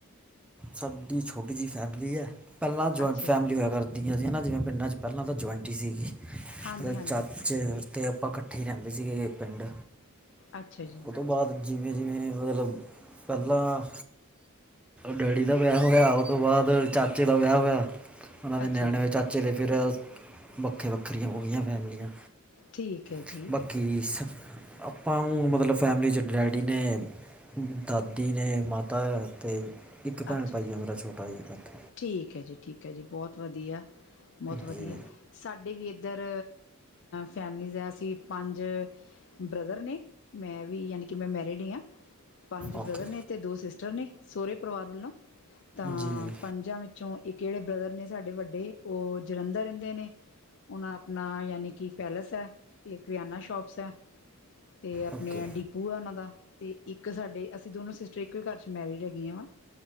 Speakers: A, in the centre; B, on the left.
A: ਸਾਡੀ ਛੋਟੀ ਜਿਹੀ ਫੈਮਿਲੀ ਐ। ਪਹਿਲਾਂ ਜੁਆਇੰਟ
B: ਅੱਛਾ
A: ਫੈਮਿਲੀ
B: ਜੀ
A: ਹੋਇਆ ਕਰਦੀਆਂ ਸੀ ਨਾ ਜਿਵੇਂ ਪਿੰਡਾਂ 'ਚ, ਪਹਿਲਾਂ ਤਾਂ ਜੁਆਇੰਟ ਹੀ ਸੀ ਗੀ <unintelligible>
B: ਹਾਂਜੀ ਹਾਂਜੀ
A: ਚਾ ਅਤੇ ਆਪਾਂ ਇਕੱਠੇ ਹੀ ਰਹਿੰਦੇ ਸੀ ਗੇ, ਪਿੰਡ।
B: ਅੱਛਾ ਜੀ।
A: ਉਹ ਤੋਂ ਬਾਅਦ, ਜਿਵੇਂ -ਜਿਵੇਂ ਮਤਲਬ। ਪਹਿਲਾਂ ਡੈਡੀ ਦਾ ਵਿਆਹ ਹੋਇਆ, ਉਹ ਤੋਂ ਬਾਅਦ ਚਾਚੇ ਦਾ ਵਿਆਹ ਹੋਇਆ। ਉਹਨਾਂ ਦੇ
B: ਅੱਛਾ
A: ਨਿਆਣੇ
B: ਜੀ
A: ਹੋਏ, ਚਾਚੇ ਦੇ ਫਿਰ ਵੱਖੇ ਵੱਖ। ਵੱਖਰੀਆਂ ਹੋ ਗਈਆਂ ਫੈਮਲੀਆਂ
B: ਠੀਕ ਹੈ
A: <unintelligible>
B: ਜੀ
A: ਕਿ <unintelligible> ਆਪਾਂ ਨੂੰ ਮਤਲਬ ਫੈਮਿਲੀ 'ਚ ਡੈਡੀ ਨੇ, ਦਾ। ਦੀ ਨੇ ਮਾਤਾ ਅਤੇ ਇੱਕ ਭੈਣ
B: ਅੱਛਾ
A: ਭਾਈ
B: ਜੀ
A: ਆ ਮੇਰਾ ਛੋਟਾ <unintelligible>
B: ਠੀਕ ਹੈ ਜੀ, ਠੀਕ ਹੈ ਜੀ, ਬਹੁਤ ਵਧੀਆ, ਬਹੁਤ ਵਧੀਆ।
A: ਜੀ
B: ਸਾਡੇ ਵੀ ਇੱਧਰ ਫੈਮਲੀਜ਼ ਆ, ਅਸੀਂ ਪੰਜ। ਬ੍ਰਦਰ ਨੇ ਮੈਂ। ਵੀ ਯਾਨੀ ਕਿ ਮੈਂ ਮੈਰਿਡ ਹੀ ਹਾਂ। ਪੰਜ ਬ੍ਰਦਰ
A: ਓਕੇ
B: ਨੇ ਤੇ ਦੋ ਸਿਸਟਰ ਨੇ ਸੋਹੁਰੇ ਪਰਿਵਾਰ ਵੱਲੋਂ। ਤਾਂ
A: ਜੀ ਜੀ
B: ਪੰਜਾਂ ਵਿੱਚ ਚੋਂ ਇੱਕ ਜਿਹੜੇ ਬ੍ਰਦਰ ਨੇ ਸਾਡੇ ਵੱਡੇ ਉਹ ਜਲੰਧਰ ਰਹਿੰਦੇ ਨੇ। ਉਹ ਆਪਣਾ ਯਾਨੀ ਕਿ ਪੈਲੇਸ ਹੈ। ਤੇ ਕਰਿਆਨਾ ਸ਼ੋਪਸ ਹੈ। ਅਤੇ ਆਪਣੇ
A: ਓਕੇ
B: ਡੀਪੂ ਆ ਉਹਨਾਂ ਦਾ। ਅਤੇ ਇੱਕ ਸਾਡੇ ਅਸੀਂ ਦੋਨੋਂ ਸਿਸਟਰ ਇੱਕ ਵੀ ਘਰ 'ਚ ਮੈਰਿਜ ਹੈਗੀਆਂ ਵਾ।